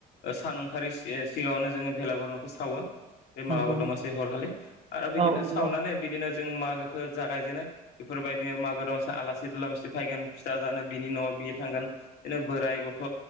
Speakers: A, on the left; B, on the right.
A: ओ सान ओंखारै से सिगाङावनो जोङो भेलागर न'खो सावो बे
B: नंगौ
A: मागो दमासि हरखालि आरो बिदिनो
B: औ नंगौ
A: सावनानै बिदिनो जों मागोखो जागायजेनो बेफोरबायदिनो मागो दमासि आलासि दुलामसि फायगोन फिथा जानो बिनि न'आव बियो थांगोन नो बोराय गथ'